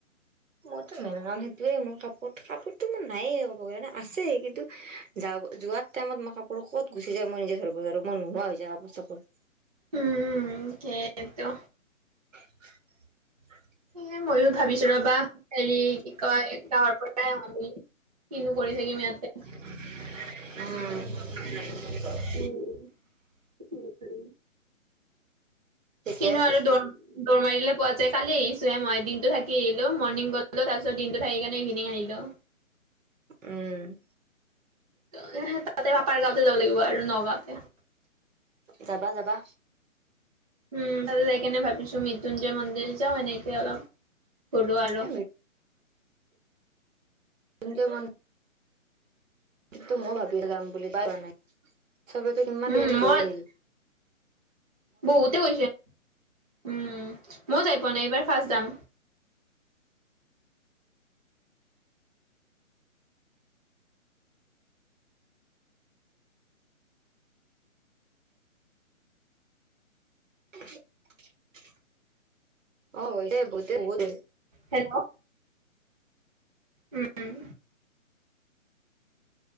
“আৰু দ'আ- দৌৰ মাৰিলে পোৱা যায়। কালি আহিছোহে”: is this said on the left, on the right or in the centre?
Right